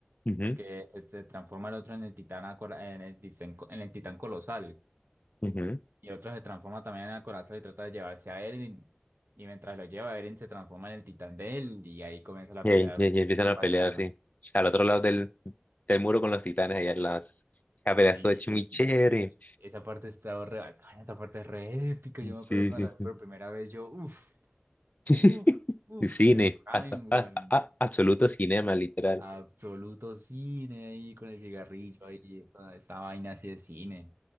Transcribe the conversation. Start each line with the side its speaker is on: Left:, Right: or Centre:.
Left: Ujú,
Right: porque se transforma el otro en el titán, acora- en el titán, co- en el titán colosal,
Left: ujú.
Right: y otro se transforma también en el corazón y trata de llevarse a Eren, y, mientras lo lleva, Eren se transforma en el titán de él, y ahí comienza la
Left: Y,
Right: pelea
Left: ahí- y ahí empiezan
Right: en
Left: a
Right: bacana.
Left: pelear, sí. Al otro lado del, del muro con los titanes, allá las... La pelea
Right: Sí,
Left: estuvo hecho
Right: e-
Left: muy chévere.
Right: e- esa parte está re bacana, esa parte es re épica, yo me
Left: Sí,
Right: acuerdo cuando
Left: sí,
Right: la vi
Left: sí.
Right: por primera vez, yo, uff,
Left: <laughs>
Right: uff, uff,
Left: Cine,
Right: el prime,
Left: a- a-
Right: weón.
Left: a- absoluto cinema, literal.
Right: Absoluto cine ahí con el cigarrillo ahí, esta, esta vaina así de cine.